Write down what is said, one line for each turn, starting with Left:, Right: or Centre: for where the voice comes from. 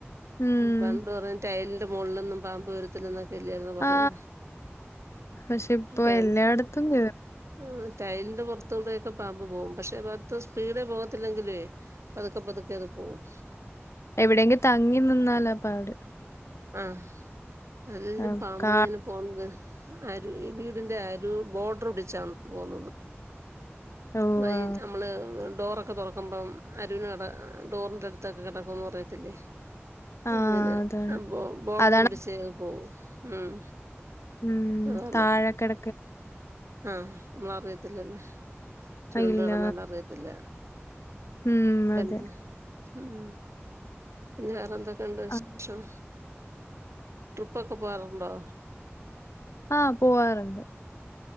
Left: ഉം.
Right: പണ്ട് പറയും ടൈലിന്റെ മുകളിലൊന്നും പാമ്പ് വരു ത്തില്ലന്നൊക്ക അല്ലയിരുന്നോ പറയുന്നേ
Left: ആ. പക്ഷെ ഇപ്പൊ
Right: ടൈൽ
Left: എല്ലായിടത്തും കേറും.
Right: ആഹ് ടൈലിന്റെ പുറത്തുടെയൊക്കെ പാമ്പ് പോവും പക്ഷെ അത്രേ സ്പീഡേ പോകത്തില്ലെങ്കിലേ പതുക്കെ പതുക്കെ അത് പോവും
Left: എവിടെങ്കി തങ്ങി നിന്നാല പാട്
Right: ആഹ് അല്ലേലും
Left: ആ
Right: പാമ്പേളിങ്ങനെ
Left: കാ
Right: പോന്നത് അരിവ് ഈ വീടിന്റെ അരിവ് ബോർഡർ പിടിച്ചാണ് പോന്നത്
Left: ഓഹ്!
Right: വൈക്ട്ട്
Left: ആ.
Right: നമ്മള് ഡോറൊക്കെ തുറക്കുമ്പം അരികിന്കെട ഡോറിന്റെ അടുത്തൊക്കെ കെടക്കുന്ന് പറയത്തില്ലേ
Left: ആ
Right: അങ്ങനെ
Left: അതാണ്.
Right: അപ്പോ ബോർഡർ
Left: അതാണ്
Right: പിടിച്ചേ അത് പോവു ഉം
Left: ഉം
Right: അതാണ്
Left: താഴെ കെട
Right: ആഹ് നമ്മളറിയത്തില്ലല്ലേ ചുരുണ്ട്
Left: ഇല്ല.
Right: കിടന്നാലും അറിയത്തില്ല
Left: ഉം
Right: പിന്നെ
Left: അതെ
Right: ഉം പിന്നെ വേറെന്തൊക്കെ ഉണ്ട് വിശേഷം
Left: ആ.
Right: ട്രിപ്പൊക്കെ പോവാറുണ്ടോ
Left: ആഹ് പോവാറുണ്ട്